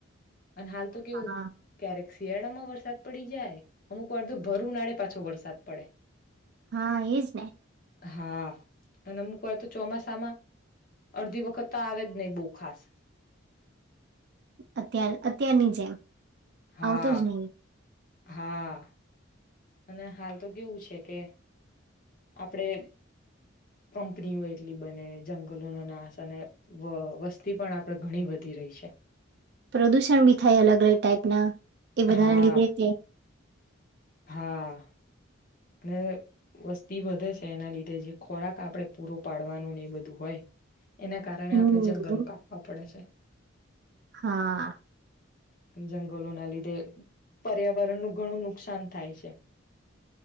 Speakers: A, on the left; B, on the right.
A: અને હાલ તો કેવું
B: હા
A: કેરેક્સી શિયાળા માં વરસાદ પડી જાય, અમુક વાર તો ભર ઉનાળે પાછો વરસાદ પડે.
B: હા એજ ને
A: હા અને અમુક વાર તો ચોમાસામાં અડધી વખત તો આવે જ નહી બો હ ખાસ.
B: અત્યાર અત્યારની જેમ
A: હા
B: આવતો જ ન
A: હા અને હાલ તો કેવું છે કે આપડે કંપનીઓ એટલી બને જંગલોનો નાશ અને વ વસ્તી પણ આપણે ઘણી બધી રહી છે.
B: પ્રદુષણ ભી થાય અલગ અલગ ટાઈપના એ બધાના
A: હા
B: લીધે તે
A: હા અને વસ્તી વધે છે એના લીધે જે ખોરાક આપણે પૂરો પાડવાનું ને એ બધું હોય એના કારણે
B: હમ
A: આપણે જંગલો કાપવા પડે છે.
B: હા
A: જંગલોના લીધે પર્યાવરણ નું ઘણું નુકસાન થાય છે.